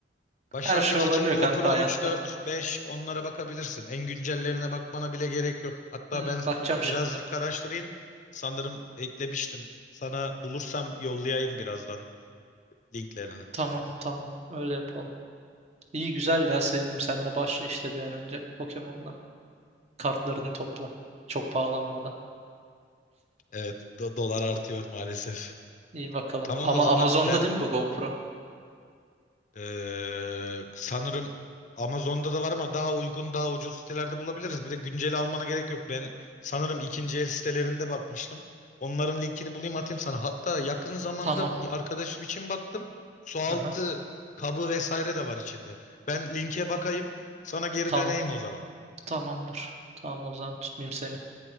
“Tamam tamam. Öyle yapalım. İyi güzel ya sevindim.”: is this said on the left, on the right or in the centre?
Right